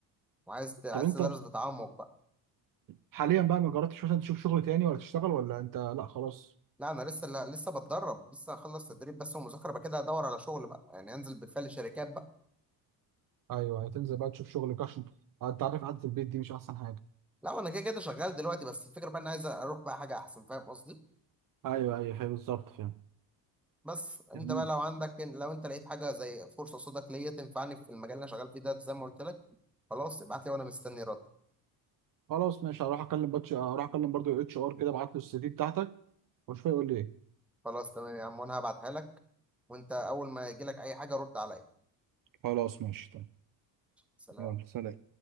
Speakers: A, in the centre; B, on the right.
A: وعايز ت- عايز
B: طب انت
A: تدرس بتعمق بقى
B: حاليا بقى ما جربتش مثلا تشوف شغل تاني ولا تشتغل ولا انت لا خلاص
A: لا انا لسه لا لسه بتدرب لسه هخلص تدريب بس ومذاكره بقى كده ادور على شغل بقى يعني انزل بالفعل شركات بقى
B: ايوه تنزل بقى تشوف شغل عشان انت عارف قعده البيت دي مش احسن حاجه
A: لا انا كده كده شغال دلوقتي بس الفكره بقى انا عايز اروح بقى حاجه احسن فاهم قصدي
B: ايوه ايوه أيوة، بالظبط فاهم
A: بس انت
B: جميل
A: بقى لو عندك لو انت لقيت حاجه زي فرصه قصادك ليا تنفعني في المجال اللي انا شغال فيه ده زي ما قلت لك خلاص ابعت لي وانا مستني رد
B: خلاص ماشي هروح اكلم باتش هروح اكلم برضو اتش ار كده ابعت له السي في بتاعتك واشوف هيقول لي ايه
A: خلاص تمام يا عم وانا هبعتها لك وانت اول ما يجي لك اي حاجه رد عليا
B: خلاص ماشي تمام
A: سلام
B: يلا سلام